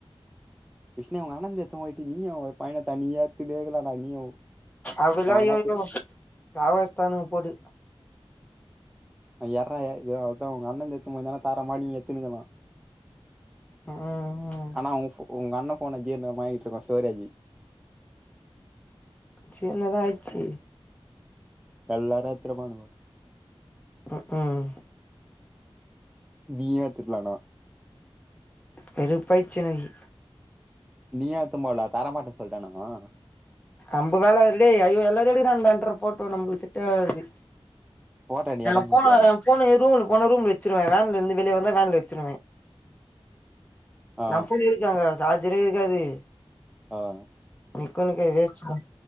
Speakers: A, in the centre; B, on the left (about 15°).
A: விஷ்ணு உங்கண்ணன்து எத்துன் போய்டு நீயு ஒரு பைய்னு தனியா. எத்துனே இருக்கலாடா நீயு
B: அவலா
A: எவனா
B: அய்யய்யோ காவஸ்தானு பொடு
A: <unintelligible> எ அதா உங் அண்ணண்து எத்துன் போய்ந்தனா தரமா நீ ஏத்துனுங்களா
B: ம் ம்
A: ஆனா ஊ ஃபோ உங்க அண்ண ஃபோன <unintelligible> மாயிட்டுருக்கூ ஸ்டோரேஜி
B: சே என்னதா ஆச்சி
A: எல்லாரு எத்துனு பாணுங்கோ
B: உக் உம்
A: நீயே திருட்லானா
B: வெறுப்பாய்சி எனக்கு
A: நீயா எத்தும்போல தரமாட்டன் சொல்டானா ஆஹ
B: அம்பு வேல இல்லே ஐயோ எல்லாரோடயு நன்நன்று போட்டோ நம்பளுக் கிட்ட அது
A: போட்டோ நீ
B: நாங்கோ
A: எடுக்க மாட்டியா
B: போன போனு ரூம் போனா ரூம் வச்சிருவே வேனால் இருந்து வெளிய வந்தா வேன்ல வச்சுருவே
A: ஆ
B: நாம் புல்லி இருக்காங்க சார்ஜரே இருக்காது
A: ஆஹ்
B: நிக்கோனுக்கே வேஷ்டுடா